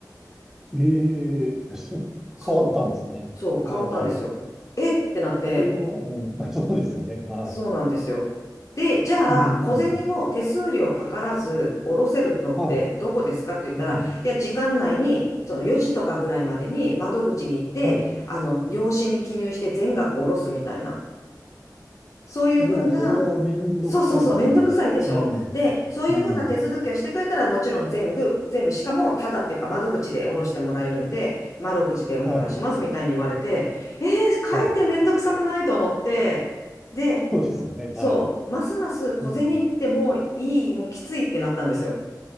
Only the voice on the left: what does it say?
そう。
そう、
変わったんですよ。
えってなって、
そうなんですよ。で、じゃあ、
小銭を手数料かからず下ろせるのってどこですかって言ったら、
いや、時間内に、その4時とかぐらいまでに窓口に行って、
あの、用紙に記入して全額下ろすみたいな、そういうふうな
そうそうそう、めんどくさいでしょで、
そういうふうな手続きをしてくれたら、
もちろん全部、全部、しかも、ただっていうか、窓口で下ろしてもらえるんで、窓口でお願いしますみたいに言われて、
えー、かえってめんどくさくないと思って、
で、
そう、
ますます小銭ってもういい、
もうきついってなったんですよ。